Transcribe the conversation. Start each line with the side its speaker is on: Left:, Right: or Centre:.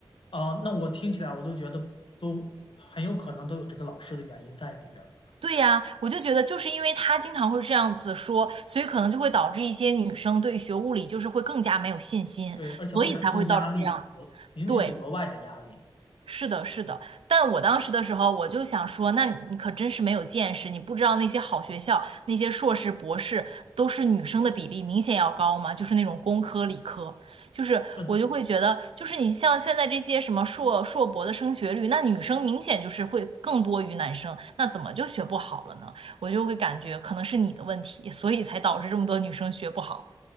Left: 啊。那我听起来我都觉得都很有可能都有这个老师的原因在里边儿，
Right: 对呀，我就觉得就是因为他经常会这样子说，所以可能就会导致一些女生对学物理就是会更加没有信心，
Left: 对，而且会产生压力，
Right: 所以才会造成这样。
Left: 我明明是额外的压力，
Right: 对。是的，是的，但我当时的时候，我就想说，那你可真是没有见识，你不知道那些好学校，那些硕士、博士都是女生的比例明显要高嘛，就是那种工科、理科，就是我就会觉得，
Left: 是的。
Right: 就是你像现在这些什么硕硕博的升学率，那女生明显就是会更多于男生，那怎么就学不好了呢？我就会感觉可能是你的问题，所以才导致这么多女生学不好。